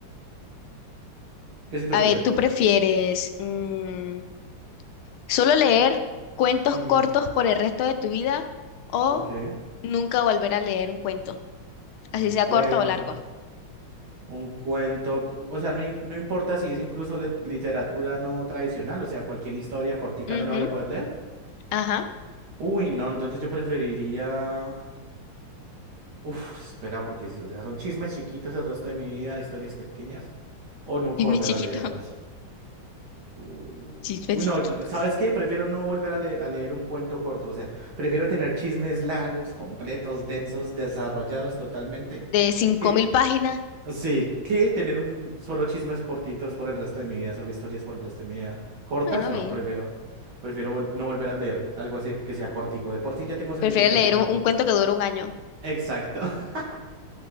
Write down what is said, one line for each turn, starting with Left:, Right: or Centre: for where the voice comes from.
Right: ¿Qué se te
Left: A
Right: ocurre,
Left: ver,
Right: Cari?
Left: ¿tú prefieres mm, solo leer cuentos
Right: Ujú,
Left: cortos por el resto de tu vida o
Right: Ok.
Left: nunca volver a leer un cuento, así
Right: Un cuento.
Left: sea corto o largo?
Right: Un cuento. O sea, no, in- no importa si es incluso le- literatura no tradicional, o sea, cualquier historia cortica
Left: Ujú,
Right: no la voy a poder leer.
Left: Ajá,
Right: Uy, no, entonces yo preferiría. Uf, espera, porque si- o sea, son chismes chiquitos el resto de mi vida, historias pequeñas, o nunca
Left: dime
Right: volver
Left: chiquito,
Right: a leerlas.
Left: <laughs>
Right: Uh,
Left: chismes
Right: Uy,
Left: chiquitos.
Right: no, yo- ¿sabes qué? Prefiero no volver a, le- a leer un cuento corto, o sea, prefiero tener chismes largos, completos, densos, desarrollados totalmente,
Left: De cinco
Right: que
Left: mil páginas,
Right: sí, que tener un solo chismes cortitos por el resto de mi vida, solo historias por el resto de mi vida. Cortas,
Left: bueno,
Right: no,
Left: bien.
Right: prefiero, prefiero vol- no volver a leer algo así que sea cortico. De por sí ya tengo suficiente
Left: Prefiero leer
Right: tiempo.
Left: un, un cuento que dure un año.
Right: Exacto. <laughs>